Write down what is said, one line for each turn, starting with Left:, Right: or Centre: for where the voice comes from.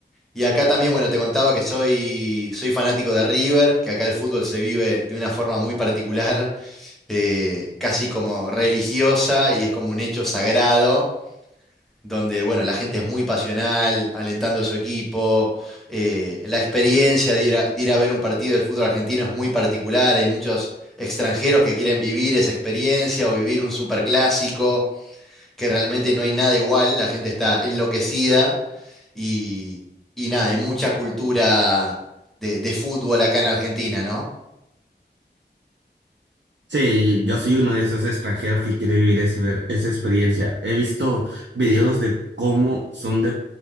Centre: Y acá también, bueno, te contaba que soy, soy fanático de River, que acá el fútbol se vive de una forma muy particular, <laughs> eh, casi como religiosa y es como un hecho sagrado donde bueno, la gente es muy pasional, alentando a su equipo, eh, la experiencia de ir a, de ir a ver un partido del fútbol argentino es muy particular, hay muchos extranjeros que quieren vivir esa experiencia o vivir un superclásico, que realmente no hay nada igual, la gente está enloquecida y, y nada, hay mucha cultura de, de fútbol acá en Argentina, ¿no?
Right: Sí, yo soy uno de esos extranjeros que quiere vivir es- ver esa experiencia. He visto videos de cómo son de